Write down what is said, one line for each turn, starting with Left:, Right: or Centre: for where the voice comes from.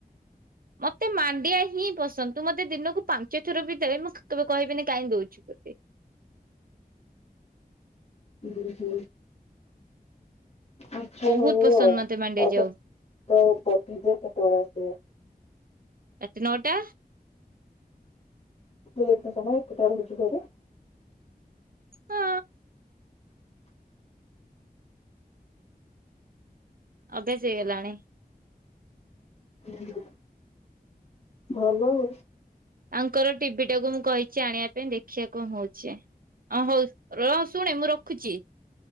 Right: ମତେ ମାଣ୍ଡିଆ ହିଁ ପସନ୍ଦ ତୁ ମତେ ଦିନକୁ ପାଞ୍ଚ ଥର ବି ଦେ ମୁଁ କେବେ କହିବିନି କାହିଁ ଦଉଚୁ। <unintelligible>
Left: ହୁଁ ହୁଁ। ଆଛା
Right: ବହୁତ
Left: ହଉ
Right: ପସନ୍ଦ ମତେ ମାଣ୍ଡିଆ
Left: ଆଉ
Right: ଯାଉ
Left: ତ ପତିଦେବ କେତେବେଳେ ଆସିବେ।
Right: ରାତି ନଅଟା।
Left: ତୁ ଏତେ ସମୟ ଏକା ରହୁଛି ଘରେ।
Right: ହଁ ଅଭ୍ୟାସ ହେଇଗଲାଣି।
Left: ଉହୁଁ ଭଲ ଆଉ।
Right: ୟାଙ୍କର ଟିଭିଟାକୁ ମୁଁ କହିଛି ଆଣିବା ପାଇଁ ଦେଖିବା କଣ ହଉଚି। ଅ ହଉ ର ଶୁଣେ ମୁଁ ରଖୁଚି।